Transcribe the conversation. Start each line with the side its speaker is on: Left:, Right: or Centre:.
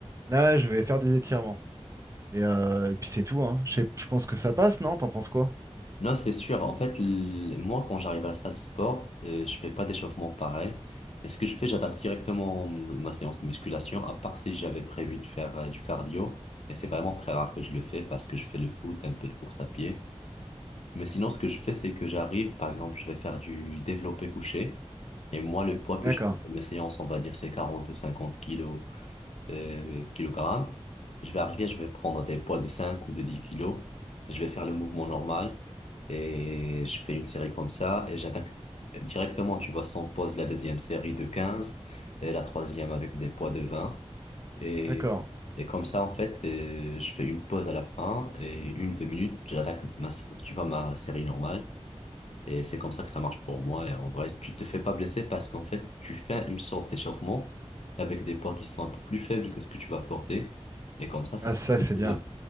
Right: là, je vais faire des étirements. Et, euh, et puis c'est tout, hein. Je sais- je pense que ça passe, non? T'en penses quoi?
Left: Non, c'est sûr. En fait, l- moi, quand j'arrive à la salle de sport, euh, je fais pas d'échauffement pareil. Mais ce que je fais, j'attaque directement ma séance de musculation, à part si j'avais prévu de faire euh, du cardio. Et c'est vraiment très rare que je le fais parce que je fais le foot, un peu de course à pied. Mais sinon, ce que je fais, c'est que j'arrive, par exemple, je vais faire du développé couché. Et moi, le poids que
Right: D'accord,
Left: je fais pour mes séances, on va dire, c'est 40 ou 50 kilos euh, kilogrammes. Je vais arriver, je vais prendre des poids de 5 ou de 10 kilos. Je vais faire le mouvement normal et je fais une série comme ça et j'attaque directement, tu vois, sans pause, la deuxième série de 15 et la troisième avec des poids de vingt Et,
Right: d'accord.
Left: et comme ça, en fait, euh, je fais une pause à la fin et une, deux minutes, j'attaque ma, tu vois, ma série normale. Et c'est comme ça que ça marche pour moi. Et en vrai, tu te fais pas blesser parce qu'en fait, tu fais une sorte d'échauffement avec des poids qui sont un peu plus faibles que ce que tu vas porter. Et comme ça, ça
Right: Ah,
Left: fait
Right: ça,
Left: bouger.
Right: c'est bien.